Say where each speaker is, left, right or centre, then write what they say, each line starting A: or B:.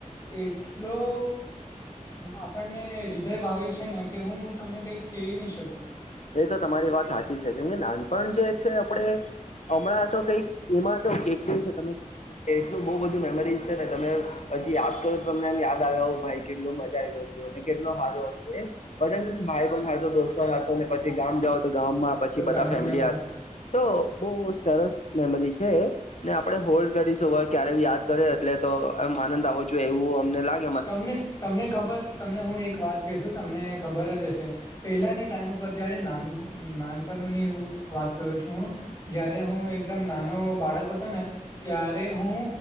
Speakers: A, on the left; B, on the left.
A: એટ ટલો આપ પણને હૃદય ભાવી છે, ને કે હું તમને કંઈક કહી નહી શકું.
B: એ તો તમારી વાત સાચી છે, કેમકે નાનપણ જે છે, આપણે હમણાં તો કઈક એમાં તો કેટલી છે, તમે એટલું બહુ બધું મેમરીઝ છે, ને તમે પછી યાદ કરો તમને એમ યાદ આવ્યા હો ભાઈ કેટલ મજા આવ કેટલો સારો હતો એ બધા ભાઈ પણ સાચો દોસ્તો ને પછી ગામ જાવ ગમાં પછી બધા
A: ગામ
B: ફેમિલી,
A: જવા માટે પણ
B: તો બહુ સરસ મેમરી છે. ને આપડણે હોલ્ડ કરીશું હવે ક્યારેય યાદ કરે એટલે તો એમ આનંદ આવો જોએ એવું અમને લાગ
A: તમને તમને ખબર તમને હું એક વાત કહેશું તમને ખબર જ હશે પેલાની ટાઈમ ઉપર જયારે નાન નાનપણની વાત કરું છું હું જયારે હું એકદમ નાનો બાળક હતો ને ત્યારે હું